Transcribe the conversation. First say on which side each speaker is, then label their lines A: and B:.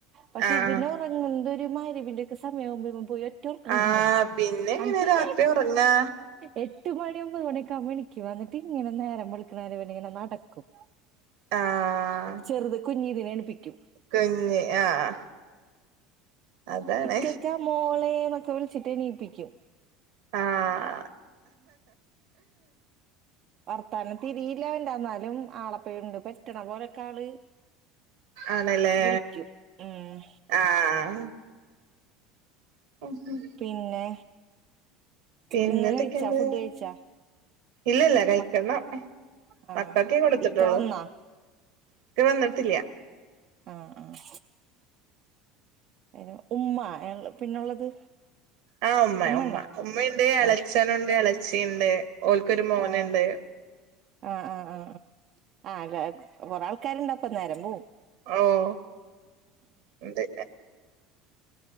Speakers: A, on the right; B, on the right.
A: പക്ഷെ
B: ആഹ്
A: ഇവൻ പിന്നെ ഉറങ്ങുന്നൊരു മഗ്‌രിബിന്റെയൊക്കെ സമയാകുമ്പോ പോയി ഒറ്റ ഉറക്കങ്ങ്
B: ആഹ്
A: ഉറങ്ങും.
B: പിന്നെ എങ്ങനെ
A: അങ്ങനെ
B: രാത്രി ഉറങ്ങാ
A: എട്ട് മണി ഒമ്പത് മണിക്കോ ആകുമ്പോ എണീക്കും ഇങ്ങനെ നേരം വെളുക്കാൻ. ഇങ്ങനെ നടക്കും.
B: ആഹ്
A: ചെറുത് കുഞ്ഞതിനെ എണീപ്പിക്കും.
B: കുഞ്ഞ് ആഹ് അതാണ്
A: ഇക്കൊക്ക മോളേ എന്നൊക്കെ വിളിച്ചിട്ട് എണീപ്പിക്കും.
B: ആഹ്
A: വർത്താനം? തിരിയില്ല ഉണ്ടന്നാലും ആളപ്പുണ്ട് പെറ്റണ പോലേക്കെ ആള്
B: ആണല്ലേ
A: വിളിക്കും ഉം
B: ആഹ് ഉം ഉം
A: പിന്നെ
B: പിന്നെ
A: നിങ്ങ
B: എന്തൊക്കെയണ്ട്
A: കഴിച്ചാ ഫുഡ് കഴിച്ചാ
B: ഇല്ലല്ല കഴിക്കണം.
A: മക്ക ആഹ്
B: മക്കളക്കെ കൊടുത്തിട്ടോള്ളൂ
A: ഇക്ക വന്നാ
B: ഇക്ക വന്നിട്ടില്ല.
A: ആഹ് ആഹ് അയ്ൻ ഉമ്മ <unintelligible> പിന്നുള്ളത്
B: ആഹ് ഉമ്മ
A: ഉമ്മണ്ടാ
B: ഉമ്മ ഉമ്മയുണ്ട് ഇളെച്ചനുണ്ട്
A: ആഹ്
B: ഇളച്ചിണ്ട് ഓല്ക്കൊരു മോന്ണ്ട്.
A: ആഹ് ആഹ് ആഹ് ആഹ് ആഹ് അല്ലാ കൊറെ ആൾക്കാര്ണ്ടപ്പം നേരം പോവും.
B: ഓഹ് ഇണ്ട്